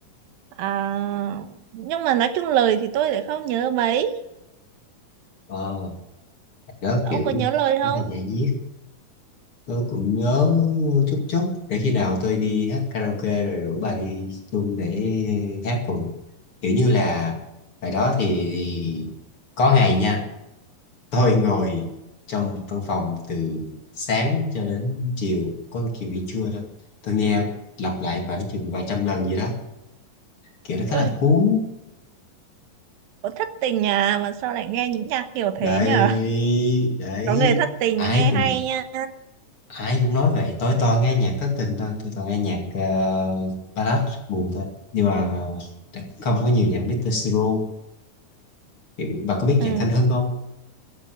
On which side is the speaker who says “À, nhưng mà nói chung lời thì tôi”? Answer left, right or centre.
Right